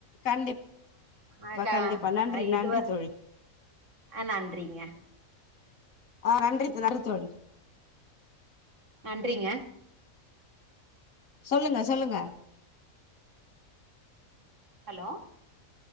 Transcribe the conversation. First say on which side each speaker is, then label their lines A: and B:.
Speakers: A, on the left; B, on the right.
A: கண்டிப்பா
B: அக்கா
A: கண்டிப்பா நன்றி
B: இதுவந்
A: நன்றி தோழி
B: ஆ நன்றிங்க
A: ஆ நன்றி நன்றி தோழி
B: நன்றிங்க
A: சொல்லுங்க சொல்லுங்க
B: ஹலோ